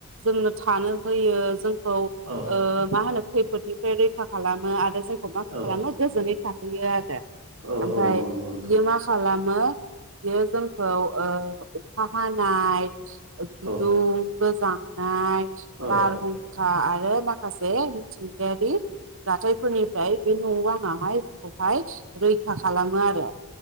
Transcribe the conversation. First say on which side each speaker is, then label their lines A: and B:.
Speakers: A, on the right (about 65°); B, on the right (about 80°).
A: जोंनो थानो होयो जों खौ
B: औ
A: ओ माहोनो खैफोदनिफ्राय रैखा खालामो आरो जों मा खालामो
B: औ
A: गोजोनै थाहैयो आरो
B: औ
A: आमफाय
B: औ नंगौ नंगौ नोंथां
A: बियो मा खालाम मो बियो जोंखौ ओ अखा हानाय बिदुं
B: औ
A: गोजांनाय
B: औ
A: बारहुंखा
B: औ
A: आरो माखासे मिथिंगायारि जाथायफोरनिफ्राय बे न'बाङाहाय जोंखौहाय रैखा खालामो आरो